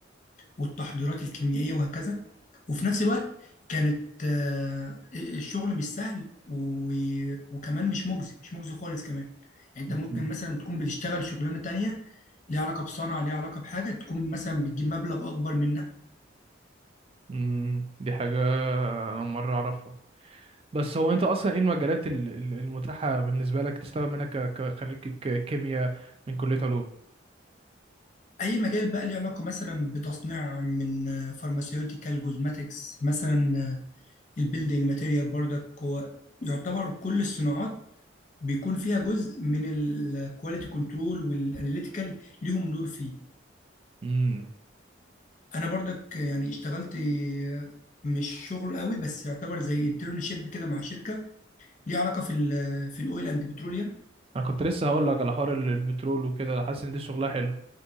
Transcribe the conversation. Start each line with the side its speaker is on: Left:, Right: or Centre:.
Left: والتحضيرات الكيميائية وهكذا وفي نفس الوقت كانت آه، الشغل مش سهل و... وكمان مش مجزي مش مجزي خالص كمان يعني انت
Right: مم.
Left: ممكن مثلا تكون بتشتغل شغلانة تانية ليها علاقة بصنعة ليها علاقة بحاجة تكون مثلا بتجيب مبلغ أكبر منها
Right: امم دي حاجه انا أول مره اعرفها بس هو انت اصلا ايه المجالات ال- ال- المتاحه بالنسبه لك تشتغل منها ك... كخريج ك- كيمياء من كليه علوم
Left: أي مجال بقى ليه علاقة مثلا بتصنيع من فارماسيوتيكال جوزماتكس مثلا آه، البيلدينج ماتيريال برضك هو يعتبر كل الصناعات بيكون فيها جزء من الكواليتي كنترول والاناليتيكال ليهم دور فيه
Right: امم
Left: انا برضك يعني اشتغلت مش شغل قوي بس يعتبر زي انترنشيب كده مع شركه ليها علاقه في ال في الاويل اند بتروليوم
Right: انا كنت لسه هقول لك على حوار ال- البترول وكده حاسس ان دي شغلها حلو